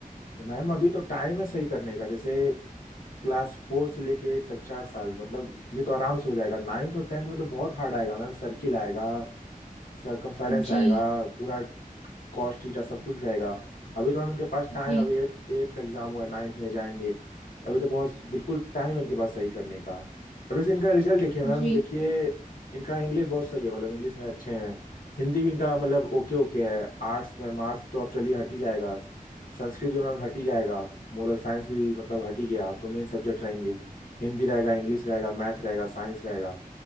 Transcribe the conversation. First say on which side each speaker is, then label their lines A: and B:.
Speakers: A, on the left; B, on the left.
A: तो मैम अभी तो टाइम है सही करने का जैसे क्लास फोर से लेके एट तक चार साल मतलब ये तो आराम से हो जाएगा नाइन्थ और टेंथ में तो बहुत हार्ड आएगा मैम सर्किल आएगा सरकमफेरेंस
B: जी
A: आएगा पूरा कॉस्ट थीटा सब कुछ रहेगा अभी तो मैम इनके पास टाइम
B: जी
A: अभी एट एट का एग्जाम हुआ है नाइन्थ में जाएंगे अभी तो बहुत बिल्कुल टाइम इनके पास सही करने का अब जैसे इनका रिजल्ट देखिए मैम
B: जी
A: देखिए इनका इंग्लिश बहुत सही है मतलब इंग्लिश में अच्छे हैं हिंदी भी इनका मतलब ओके ओके है आर्ट्स मैम आर्ट्स तो अब चलिए हट ही जाएगा संस्कृत भी मैम हट ही जाएगा मोरल साइंस भी मतलब हट ही गया अब तो मेन सब्जेक्ट रहेंगे हिंदी रहेगा इंग्लिश रहेगा मैथ रहेगा साइंस रहेगा